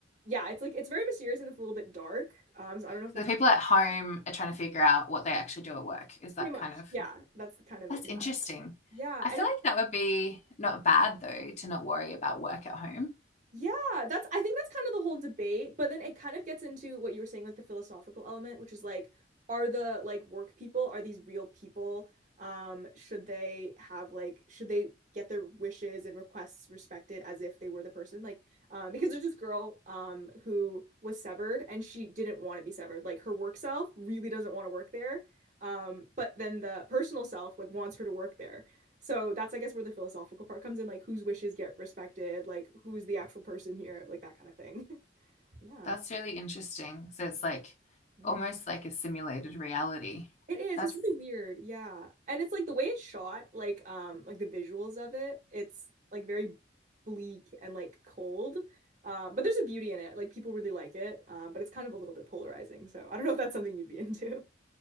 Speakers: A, on the right; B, on the left.
A: yeah, it's like it's very mysterious and it's a little bit dark. Um so I don't know
B: So
A: if that's
B: the people
A: kind of-
B: at home are trying to figure out what they actually do at work. Is that
A: pretty much.
B: kind of
A: Yeah, that's the kind of
B: that's
A: yeah.
B: interesting.
A: Yeah,
B: I
A: and
B: feel
A: if
B: like that would be not bad though to not worry about work at home.
A: Yeah, that's I think that's kind of the whole debate, but then it kind of gets into what you were saying, like the philosophical element, which is like, are the like work people, are these real people? Um, should they have like should they get their wishes and requests respected as if they were the person? Like, um, because there's this girl um who was severed and she didn't want to be severed. Like her work self really doesn't want to work there. Um, but then the personal self like wants her to work there. So that's, I guess, where the philosophical part comes in, like whose wishes get respected, like who's the actual person here, like that kind of thing. <laughs> Yeah,
B: That's really interesting. So it's like
A: yeah.
B: almost like a simulated reality.
A: It is.
B: That's
A: It's really weird. Yeah. And it's like the way it's shot, like um like the visuals of it, it's like very bleak and like cold. Um, but there's a beauty in it. Like people really like it. Um, but it's kind of a little bit polarizing. So I don't know if that's something you'd be into.